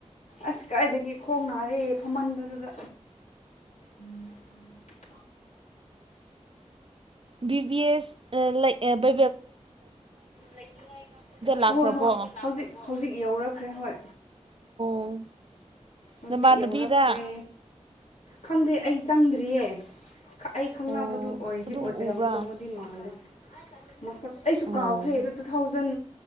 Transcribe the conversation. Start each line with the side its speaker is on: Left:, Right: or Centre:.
Left: ꯑꯁ ꯀꯥꯏꯗꯒꯤ ꯈꯣꯡ ꯅꯥꯔꯦ ꯐꯝꯍꯟꯕꯗꯨꯗ ꯎꯝ ꯎ
Right: ꯕꯤꯕꯤ ꯑꯦꯁ ꯂꯩ ꯑꯦꯩꯕ
Left: ꯂꯩꯅꯤꯡꯉꯥꯏ
Right: ꯂꯥꯛꯈ꯭ꯔꯕꯣ
Left: ꯍꯣꯏ ꯍꯣꯏ ꯍꯧꯖꯤ ꯍꯧꯖꯤꯛ ꯌꯧꯔꯛꯈ꯭ꯔꯦ ꯍꯣꯏ
Right: ꯑꯣ
Left: ꯍꯧꯖꯤꯛ
Right: ꯅꯃꯥꯟꯅꯕꯤꯔꯥ
Left: ꯌꯧꯔꯛꯈ꯭ꯔꯦ ꯈꯪꯗꯦ ꯑꯩ ꯆꯪꯗ꯭ꯔꯤꯌꯦ ꯑꯩ ꯈꯪꯅꯕꯗꯨ
Right: ꯑꯣ
Left: ꯑꯣꯏꯗꯤ
Right: ꯑꯗꯨꯝ
Left: ꯑꯣꯏꯔꯝꯒꯗꯧꯕꯗꯤ
Right: ꯎꯕ꯭ꯔꯥ
Left: ꯃꯥꯜꯂꯦ ꯃꯁꯛ ꯑꯩꯁꯨ
Right: ꯑꯣ
Left: ꯀꯥꯎꯈ꯭ꯔꯦ ꯑꯗꯨ ꯇꯨ ꯊꯥꯎꯖꯟ